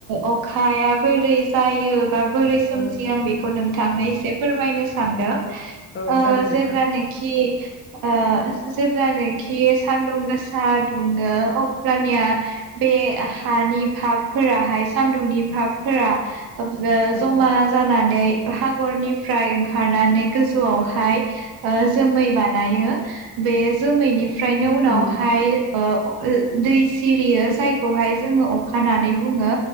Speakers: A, on the right; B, on the left.
A: अखाया बोरै जायो बोरै सोमजि
B: औ
A: आं बेखौ नों थांनो एसे फोरमायनो सानदों ओ
B: औ जागोन नोंथां
A: जेब्ला नेखि ओ जेब्लानोखि सानदुं गोसा दुङो अब्लानिया बे हानि भाबफोराहाय सान्दुंनि भाबफोरा जमा
B: औ
A: जानानै हागरनिफ्राय ओंखारनानै गोजौआवहाय ओ जोमै बानायो बे जोमैनिफ्रायनो उनावहाय
B: उम
A: ओ ओ दै यो जायखौहाय जोङो अखानानै बुङो